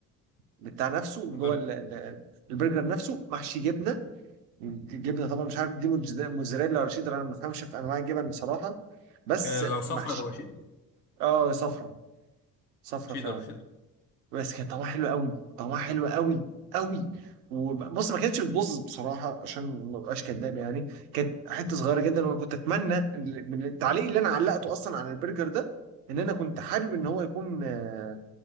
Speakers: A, on the right; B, on the left.
A: بتاع نفسه جوه
B: برجر
A: ال- ال- البرجر نفسه محشي جبنه جبنه طبعا مش عارف دي موتز- موتزاريلا ولا شيدر انا ما بفهمش في انواع الجبن بصراحه بس
B: آه، لو سفره
A: محشي
B: تبقى شيدر
A: اه صفرة صفرة
B: شيدر
A: فعلا
B: شيدر
A: بس كان طعمها حلو قوي طعمها حلو قوي قوي وبص ما كانتش بتبوظ بصراحه عشان ما ابقاش كداب يعني كانت حته صغيره جدا وانا كنت اتمنى ال- من التعليق اللي انا علقته اصلا على البرجر ده ان انا كنت حابب ان هو يكون آه،